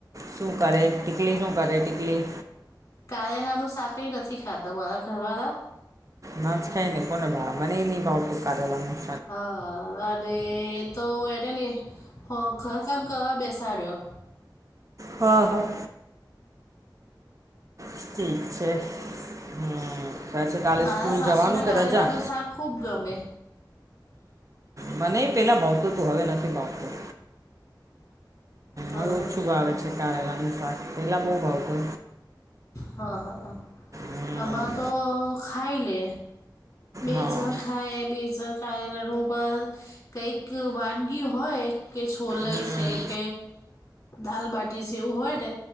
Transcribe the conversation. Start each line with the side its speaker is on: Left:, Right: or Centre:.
Right: શું કરે ટીકલી શું કરે ટીકલી.
Left: કાારેલાનું શા કઈ નથી ખાતા મારા ઘરવાળા.
Right: ના જ ખાય ને કોને ભા મને નઈ ભાવતું કાર્યાલમાં.
Left: હા અને તો એને લઈ ઘર કામ કરવા બેસાડ્યો.
Right: હા હા. ઠીક છે. હમ પછી કાલે
Left: મારા
Right: સ્કૂલ
Left: સાસુને
Right: જવાનું કે
Left: કારેલાનું
Right: રજા.
Left: શાક ખૂબ ગમે
Right: હ મને પેલા ભાવતું તું હવે નથી ભાવતું.
Left: હા
Right: હવેું ઓછું ભાવે છે કારેલાનું સ્વાસ પહેલાં બહુ ભાવતો.
Left: હા હા હા
Right: હમ
Left: આમાં તો ખાઈ લે. બે
Right: હા
Left: ઝણખાય બે ઝણખાય એણ ઉપ કંઈક વાનગી હોય. કે છોલે
Right: હમ
Left: છે કે દાલબાટી છે એવું હોય ને.